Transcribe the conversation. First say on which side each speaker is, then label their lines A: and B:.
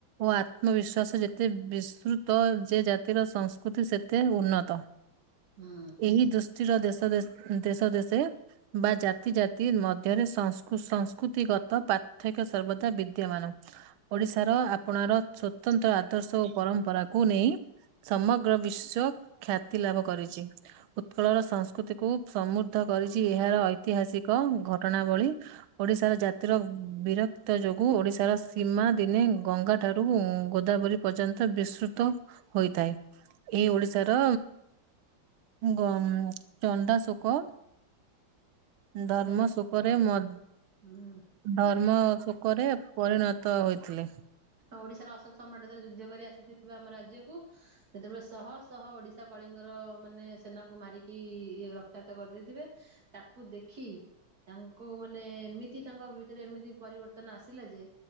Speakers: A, on the right (about 80°); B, on the right (about 50°).
A: ଆତ୍ମବିଶ୍ଵାସ ଯେତେ ବିସ୍ତୃତ ଯେ ଜାତିର ସଂସ୍କୃତି ସେତେ ଉନ୍ନତ।
B: ହୁଁ
A: ଏହି ଦୁସ୍ ର ଦେଶ ଦେ ଦେଶ ଦେଶେ ବା ଜାତି ଜାତି ମଧ୍ୟରେ ସଂ ସଂସ୍କୃତି ଗତ ପାର୍ଥକ୍ୟ ସର୍ବଦା ବିଦ୍ୟମାନ ଓଡିଶାର ଆ ଆପଣା ର ଛୋ ତନ୍ତ ଆଦର୍ଶ ଓ ପରମ୍ପରା କୁ ନେଇ ସମଗ୍ର ବିଶ୍ଵ ଖ୍ୟାତି ଲାଭ କରିଛି। ଉତ୍କଳର ସଂସ୍କୃତିକୁ ସମୃଦ୍ଧ କରିଛି ଏହାର ଐତିହାସିକ ଘଟଣାବଳୀ। ଓଡିଶାର ଜାତିର ବିରକ୍ତ ଯୋଗୁଁ ଓଡିଶାର ସୀମା ଦିନେ ଗଙ୍ଗା ଠାରୁ ଗୋଦାବରୀ ପର୍ଯ୍ୟନ୍ତ ବିସ୍ତୃତ ହୋଇଥାଏ। ଏଇ ଓଡିଶାର ଗ ଚଣ୍ଡାଶୋକ ଧର୍ମ
B: ଚଣ୍ଡାଶୋକ
A: ଶୋକରେ
B: ପର୍ବ
A: ମ୍
B: ହୁଁ
A: ଧର୍ମ ଶୋକରେ ପରିଣତ ହୋଇ ଥିଲେ।
B: ଓଡ଼ିଶାର ଅଶୋକ ସମ୍ରାଟ ଯେତେବେଳେ ଯୁଦ୍ଧ କରି ଆସିଥିବେ ଆମ ରାଜ୍ୟକୁ ସେତେବେଳେ ଶହ ଶହ ଓଡ଼ିଶା କଳିଙ୍ଗର ମାନେ ସେନାକୁ ମାରିକି ରକ୍ତାତ କରିଦେଇଥିବେ ତାକୁ ଦେଖି ତାଙ୍କୁ ମାନେ ଏମିତି ତାଙ୍କ ଭିତରେ ଏମିତି ପରିବର୍ତ୍ତନ ଆସିଲା ଯେ